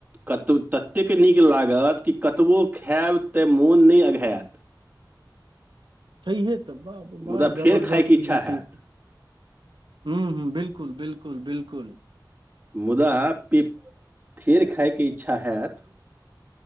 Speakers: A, on the right (about 25°); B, on the right (about 80°).
A: कतो ततेक नीक लागत कि कतबो खायएब तऽ मोन नय अघायत
B: छैहे तऽ बाप
A: मुदा
B: बा
A: फेर
B: जबरदस्त
A: खायके इच्छा
B: जे
A: हैत
B: छै से हूँ हूँ बिल्कुल बिलकुल बिलकुल
A: मुद्दा पे फेर खायके इच्छा हैत